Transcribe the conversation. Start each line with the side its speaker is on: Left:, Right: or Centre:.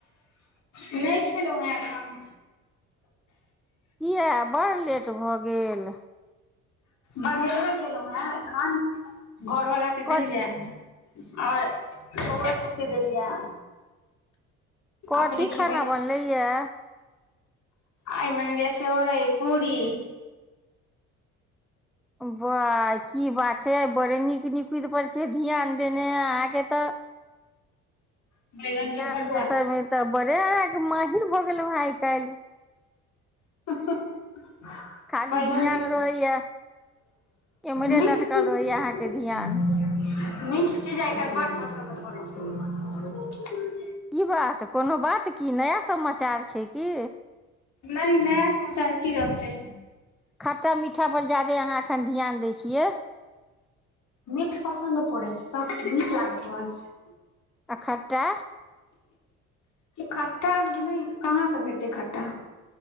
Left: नहि खेलो हन अखन
Centre: कििया बड़ लेट भऽ गेल
Left: बनेबे केलहुँ हेँ एखन घरवला कऽ
Centre: क
Left: देलियै आओर बऊआ सबके देलियै
Centre: कथी
Left: अपने खेबै
Centre: खाना बनले यए
Left: आइ बनेले रहिये सेबय पुररी
Centre: बा की बात छै बड़े नीक निकुत पर छिय ध्यान देने अहाँके तऽ
Left: बैगन
Centre: ध्यान
Left: के भरुआ
Centre: देसर मे तऽ बड़े आके महिर भऽ गेलू हं आइ काल्हि
Left: <unintelligible>
Centre: खाली
Left: बैगन
Centre: ध्यान
Left: के
Centre: रहैया एम्हरे
Left: मिठ
Centre: लटकल
Left: चीज
Centre: रहैया अहाँके
Left: <unintelligible>
Centre: ध्यान
Left: मीठ चीज आइ काल्हि बड्ड पसन्द पड़ैत छैय
Centre: की बात कोनो बात की नया समाचार छै की
Left: नहि नहि नया समाचार की रहतै
Centre: खट्टा मीठा पर ज्यादा अहाँ एखन ध्यान दैय छियै
Left: मीठ पसन्द पड़ैत छै सबके नीक लागैत रहल छै
Centre: आ खट्टा
Left: खट्टाा नहि कहाँसँ भेटतै खट्टा